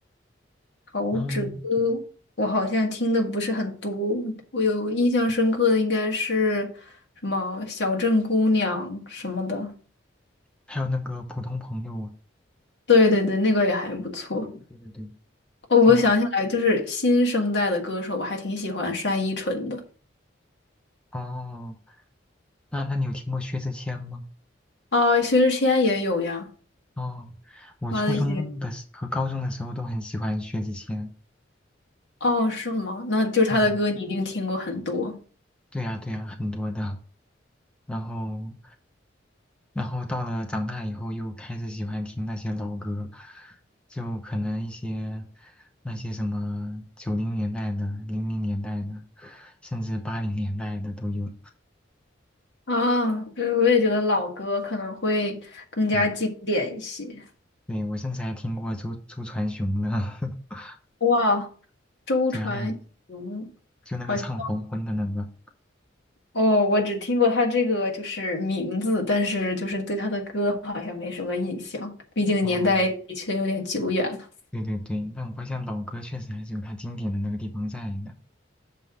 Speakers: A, on the left (about 65°); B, in the centre.
A: 陶喆，
B: 然后对，
A: 我好像听的不是很多，我有印象深刻的应该是什么《小镇姑娘》什么的。
B: 嗯还有那个普通朋友啊
A: 对对对，那个也还不错。
B: 对对对，
A: 哦，
B: 就
A: 我想起来，就是新生代的歌手，我还挺喜欢单依纯的。
B: 哦，那那你有听过薛之谦吗？
A: 啊，薛之谦也有呀，
B: 哦，我初中的时和高中的时候都很喜欢薛之谦。
A: 他的一些。哦，是吗？那就是他的歌你一定听过很多
B: 对的，对呀对呀，很多的。然后然后到了长大以后，又开始喜欢听那些老歌，就可能一些那些什么九零年代的、零零年代的，甚至八零年代的都有。
A: 啊。对，我也觉得老歌可能会更加经典一些。
B: 对，对，我甚至还听过周周传雄的，<laughs>
A: 哇，周传雄，
B: 对啊，那个就那个唱黄昏的那个。
A: 好像哦，我只听过他这个就是名字，但是就是对他的歌好像没什么印象，毕竟年代的确有点久远了。
B: 哦，对对对，但我发现老歌确实还是有它经典的那个地方在的。